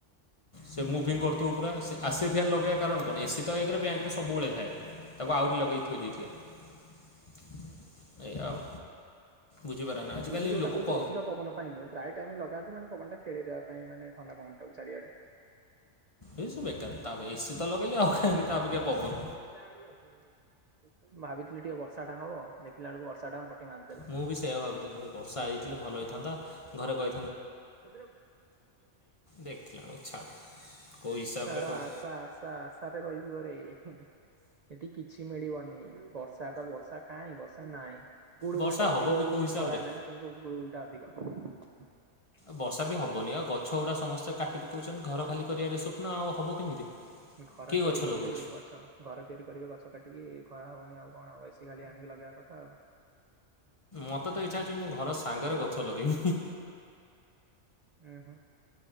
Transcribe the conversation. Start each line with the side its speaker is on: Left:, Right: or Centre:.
Left: ସେ ମୁଭିଂ
Right: ହଉଥିବ।
Left: କରୁଥିବ ପୁରା ସେ ଆସିଫିଆନ୍ ଲଗେଇବା କାରଣ କଣ ଏସି ତ ଏକରେ ବ୍ୟାଙ୍କ ରେ ସବୁବେଳେ ଥାଏ ତାକୁ ଆହୁରି ଲଗେଇଥୋଇ ଦେଇଥିବେ ଏୟା ଆଉ। ବୁଝିପାରେ ନା ଆଜିକାଲି
Right: ତୁ ଯୋଉଟା
Left: ଲୋକ
Right: କହୁଛୁ
Left: କ
Right: ଅଧିକା ପବନ ପାଇଁ ନୁହେଁ ପ୍ରାୟ ଟାଇମ ଲଗାନ୍ତି ମାନେ ପବନ ଟା ଖେଳେଇ ଦଵା ନାଇଁ ମାନେ ଥଣ୍ଡା ପଵନ ଟାକୁ ଚାରିଆଡେ।
Left: ଏ ସବୁ ବେକାର ତା ଏସି ତ ଲଗେଇଲେ
Right: ରୋଜଗାର
Left: ଆଉ କାହିଁକି ତା ଅପେକ୍ଷା ପବନ
Right: ରଜଗାର ଆଡୁ ଅଛି <unintelligible> ଭାବିଥିଲି ଟିକେ ବର୍ଷା ଟା ହବ ଦେଖିଲା ବେକୁ ବର୍ଷା ଟା ମାରିଦେଲା।
Left: ମୁଁ ବି ସେୟିଆ ଭାବୁଥିଲି ବର୍ଷା ହୋଇଛି ଭଲ ହେଇଥାନ୍ତା ଘରେ କହି
Right: <unintelligible>
Left: ଦେଖିଲା ବେଳକୁ ଛାଡ଼ କେଉଁ ହିସାବରେ
Right: ଛାଡ
Left: କହିବି
Right: ଆଶା ଆଶା ଆଶାରେ ରହିଯିବରେ ସେଠି କିଛି ମିଳିବନି ହୁଁ। <unintelligible> ବର୍ଷା ବା ବର୍ଷା କାଇଁ ବର୍ଷା ନାହିଁ ଗୁଳୁ
Left: ବର୍ଷା
Right: ଗୁଳି ଟା
Left: ହେବ
Right: ଅଧିକ
Left: ବି
Right: ହଉଛି
Left: କେଉଁ ହିସାବରେ
Right: ଖରା ନାହିଁ କିନ୍ତୁ ଗୁଳ ଗୁଳି ଟା ଅଧିକ ହସ୍ <inaudible>
Left: ବର୍ଷା ବି ହବନି ଆଉ ଗଛ ଗୁଡା ସମସ୍ତେ କାଟି ପକାଉଛନ୍ତି ଘର ଖାଲି କରିବାରେ ସ୍ୱପ୍ନ ଆଉ ହବ କେମିତି
Right: ଘର
Left: କିଏ
Right: ତିଆରି
Left: ଗଛ
Right: କରିବେ
Left: ଲଗାଉଛି
Right: ଗଛ ଘର ତିଆରି କରିବେ ଗଛ କାଟିକି ଖରା ହବନି ଆଉ କଣ ଆଉ ଏସୀ ଖାଲି ଆଣିକି ଲଗେଇବା କଥା ଆଉ
Left: ମତେ ତ ଇଚ୍ଛା ହଉଛି ମୁଁ ଘର ସାଙ୍ଗରେ ଗଛ ଲଗେଇବି
Right: ହୁଁ ହୁଁ।